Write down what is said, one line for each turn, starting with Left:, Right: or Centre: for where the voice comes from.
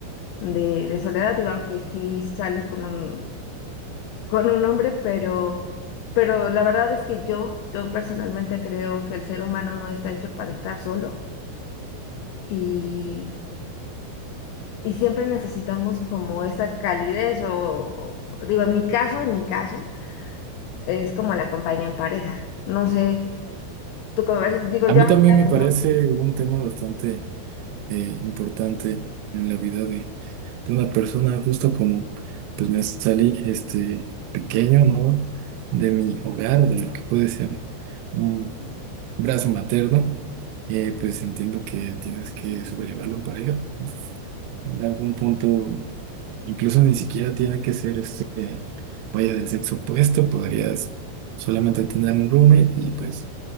Left: de, de soledad, digo, aunque sí salgo con un, con un hombre, pero, pero la verdad es que yo, yo personalmente creo que el ser humano no está hecho para estar solo y, y siempre necesitamos como esa calidez o, o- digo, en mi caso, en mi caso, es como la compañía en pareja. No sé, tú como ves, digo
Right: A
Left: yo
Right: mí
Left: ahorita,
Right: también me
Left: pues
Right: parece
Left: no.
Right: un tema bastante eh, importante en la vida de, de una persona, justo como pues me salí este pequeño, ¿no? De mi hogar o de lo que puede ser un brazo materno, eh, pues entiendo que tienes que sobrellevarlo en pareja. ¿no? En algún punto, incluso ni siquiera tiene que ser este, vaya del sexo opuesto, podrías solamente tener un roommate y pues